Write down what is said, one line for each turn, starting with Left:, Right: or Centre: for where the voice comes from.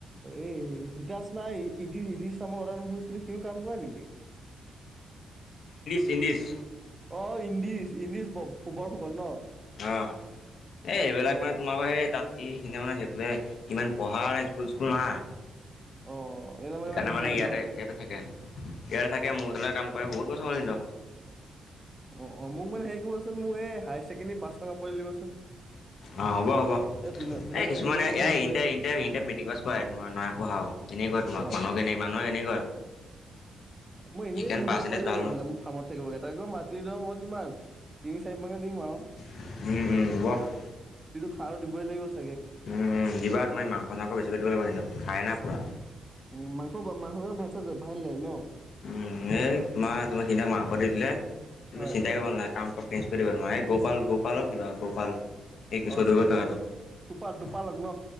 Right: এই হিতাশ নাই ইদি ইদিশ নামৰ অডাৰ নাম কৰিছিলে সি, কাম কৰা নেকি?
Left: চিনডিছ
Right: অ' ইংদিছ-ইংদিছ ফু বৰ ফুকন ন।
Left: অ' এই এইবিলাক
Right: অ
Left: মানে তোমালোকৰ সেই তাত ইখিনি মানে সেইফে ইমান পঢ়াৰ স্কুল - স্কুল নাই।
Right: অ এনে
Left: সেইকাৰণে
Right: হেৰি
Left: মানে
Right: নাই
Left: ইয়াতে-ইয়াতে
Right: ন
Left: থাকে। ইয়াৰে থাকে মোৰ ব কাম কৰে বহুত বস্তু ম কিন্ত
Right: অ অ' মোক মানে হেৰি কৰিবচোন মোক এই হায়াৰ ছেকেণ্ডেৰী পাঁচ টকা পোৱালি দিবচোন।
Left: অ, হ'ব-হ'ব।
Right: এই যোনে যোনে
Left: এ
Right: ধৰ
Left: কিছুমানে
Right: এনেই ঘূৰি
Left: ই-ই
Right: ফুৰে
Left: ইয়াৰ মেট্ৰিক পাছ কৰা তোাৰ নহয় পঢ়া এনেকুৱ তোাক
Right: অ
Left: মানুহকেনে মানুহে এনেকুৱা
Right: মই এনেই
Left: সেইকাৰণে
Right: ঘূৰি
Left: পাৰ্চেণ্টেজ
Right: ফৰা পৰিল
Left: ভাল
Right: লাগে
Left: নহয়
Right: মানে মোৰ ফাৰ্মত থাকিবগে তা আকৌ মাতদিও মই তোমাক। তিনি চাৰি মানত দিম আৰু
Left: উম, উম, ৱাহ
Right: সাৰ দিবই লাইগছ
Left: উম, দিবা তুমি মাংস চাংস বেছিকৈ দিব লাগিব না খাই ন পুৰা।
Right: উম, মাংস মাংস ভাত চাত যে ভাল লাগে ন
Left: উম, এই তোমাৰ তোমাক সিহঁতক মাংস দি দিলে তুমি
Right: হয়
Left: চিন্তাই কৰিব নালাগে কাম অকে। <unintelligible> নোৱাই গোপাল গোপালক কিবা গোপাল একবছৰ
Right: অ
Left: দুৰ্গত আটো <unintelligible>
Right: টোপা টোপালক ন